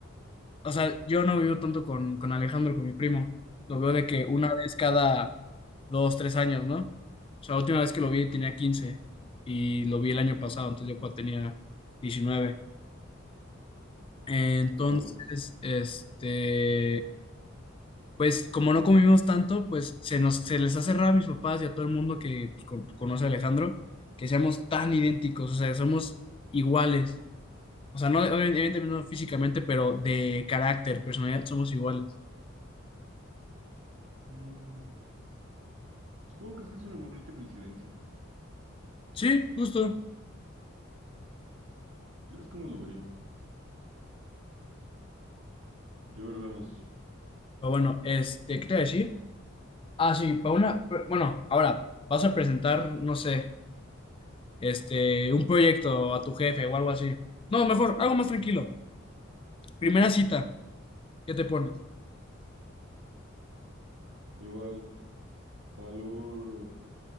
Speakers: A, on the left; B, on the right.
A: o sea, yo no vivo tanto con, con Alejandro, con mi primo. Lo veo de que una vez cada dos, tres años, ¿no? O sea, la última vez que lo vi tenía 15 y lo vi el año pasado, entonces yo cuando tenía diecinueve Entonces,
B: ujú, ajá.
A: este, pues como no convivimos tanto, pues se nos, se les ha cerrado a mis papás y a todo el mundo que pues, con- conoce a Alejandro, que seamos tan idénticos, o sea, somos iguales. O sea, no, obvi- evidentemente no físicamente, pero de carácter, personalidad, somos iguales.
B: Mm, supongo que sí es una bonita coincidencia.
A: Sí, justo.
B: Sí, es como lo vería. Ya ver, vamos.
A: Pero bueno, este, ¿qué te iba a decir? Ah, sí, para una, pr- bueno, ahora, vas a presentar, no sé, este, un proyecto a tu jefe o algo así. No, mejor, algo más tranquilo. Primera cita, ¿qué te pones?
B: Igual, Alur.